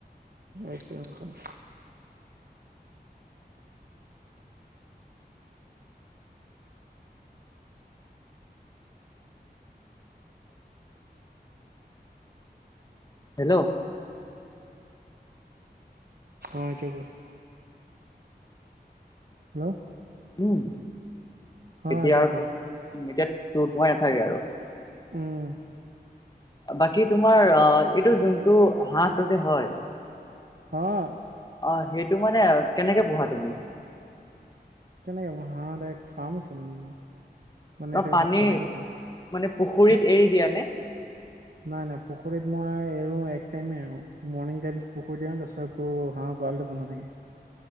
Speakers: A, on the right (about 60°); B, on the left (about 25°).
A: এক চেকেণ্ড ৰখা
B: হেল্ল'
A: অ এতিয়া কোৱা হেল্ল'
B: উম
A: অ
B: এতিয়া
A: কোৱা
B: তো এতিয়া তোৰ তোৰাই নাথাকে আৰু
A: উম
B: বাকী তোমাৰ অ এইটো যোনটো হাহঁটো যে হয়
A: হঅ
B: অ সেইটো মানে কেনেকে পোহা তুমি
A: কেনেকে পোহা ডাইৰেক্ট ফাৰ্ম আছে মানে মোৰ মানে
B: বা
A: এতিয়া
B: পানী
A: কেনেকে কম
B: মানে পুখুৰীত
A: না-
B: এৰি দিয়া নে
A: নাই নাই পুখুৰীত মই এৰো এক টাইমে এৰো মৰ্ণিং টাইমত পুখুৰীত এৰো তাৰ পিছত আকৌ হাঁহ গৰালতে বন্ধা থাকে